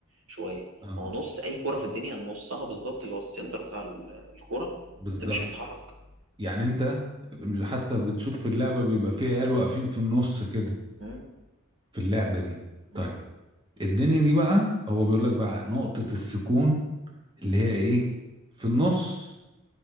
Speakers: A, on the right (about 70°); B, on the right (about 20°).
A: شوية
B: اه
A: ما هو نص اي كورة في الدنيا نصها بالظبط اللي هو السنتر بتاع ال- الكورة
B: بالظبط
A: ده مش هيتحرك
B: يعني انت حتى بتشوف في اللعبة بيبقى في عيال واقفين في النص كده
A: مم.
B: في اللعبة دي
A: مم.
B: طيب الدنيا دي بقى هو بيقول لك بقى نقطة السكون اللي هي ايه في النص